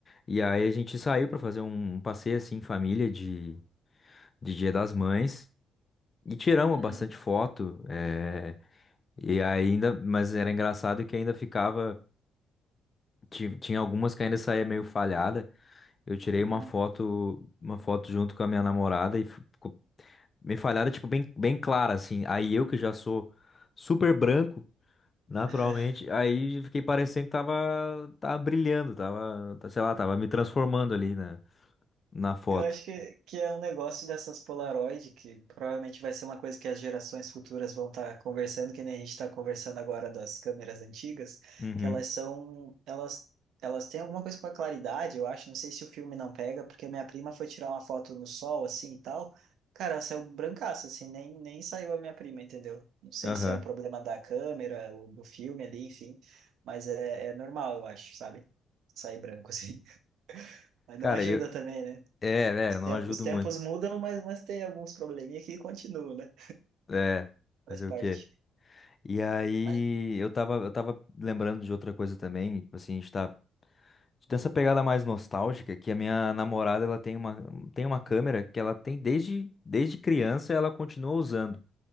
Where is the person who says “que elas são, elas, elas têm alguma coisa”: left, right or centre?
Right